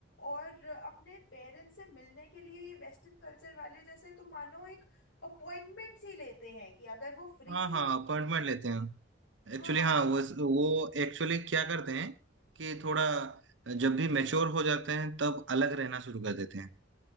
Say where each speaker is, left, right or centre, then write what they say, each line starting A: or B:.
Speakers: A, on the left; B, on the right.
A: और अपने पेरेंट्स से मिलने के लिए ये वेस्टर्न कल्चर वाले जैसे तुम मानो एक अपॉइंटमेंट ही लेते हैं कि अगर वो फ्री
B: हाँ
A: है
B: हाँ अपॉइंटमेंट लेते हैं
A: हाँ
B: एक्चुअली हाँ वो वो एक्चुअली क्या करते हैं कि थोड़ा जब भी मैच्योर हो जाते हैं तब अलग रहना शुरू कर देते हैं